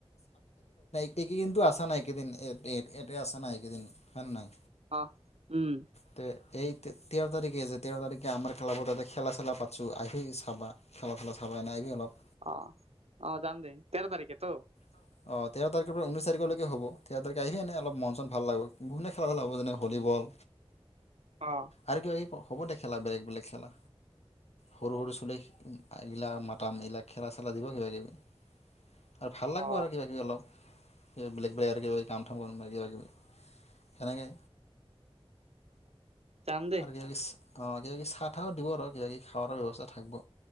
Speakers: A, on the left; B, on the right.
A: একেদিনটো আছা নাই একেদিন এট আছা নাই একেদিন হয় নাই।
B: অ', উম।
A: তে এই তেৰ তাৰিখে যে তেৰ তাৰিখে আমাৰ ক্লাবততে খেলা চেলা পাটচ্ছোআহি চাবা খেলা চেলা চাবা। এনই আহিবি অলপ।
B: অ', অ', যাম দে তেৰ তাৰিখেতো?
A: অ', তেৰ তাৰিখৰ পৰা উনছ তাৰিখলৈকে হ'ব তেৰ তাৰিখে আহিবি অলপ মন চন ভাল লাগিব বহু খেলা চেলা হব যেনে ভলি বল
B: অ',
A: আৰু কিবা কিবি হ'ব দে খেলা বেলেগ বেলেগ খেলা। সৰু সৰু চলি গিলাক মাতাম এইগিলাক খেলা চেলা দিব কিবা কিবি। আৰু ভাল লাগব
B: অ
A: আৰু কিবা কিবি অলপ বেলেগ বেলেগ আৰু কিবি কাম থাম কৰি কিবা কিবি এনেকে।
B: যাম দেই
A: আৰু কিবা কিবি অ', কিবা কিবি চাহ তাহ দিব আৰু কিবাি খাৱাৰ ব্যৱস্থা থাকিব।